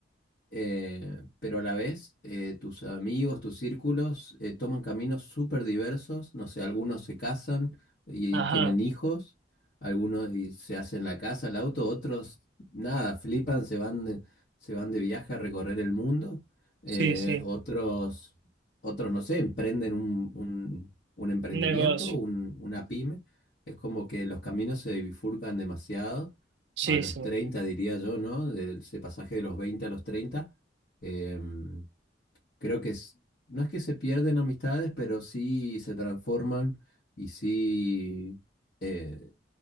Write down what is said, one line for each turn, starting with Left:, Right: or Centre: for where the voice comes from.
Left: eh, pero a la vez eh, tus amigos, tus círculos eh, toman caminos súper diversos, no sé, algunos se casan y,
Right: Ajá,
Left: y tienen hijos, algunos y se hacen la casa, el auto, otros nada, flipan, se van de, se van de viaje a recorrer el mundo, eh,
Right: sí, sí.
Left: otros, otros, no sé, emprenden un, un- un emprendimiento,
Right: Un negocio.
Left: un- una pyme, es como que los caminos se bifurcan demasiado
Right: Sí,
Left: a los
Right: sí.
Left: 30 diría yo, ¿no? De ese pasaje de los 20 a los treinta Em, creo que es- no es que se pierden amistades, pero sí se transforman y sí eh,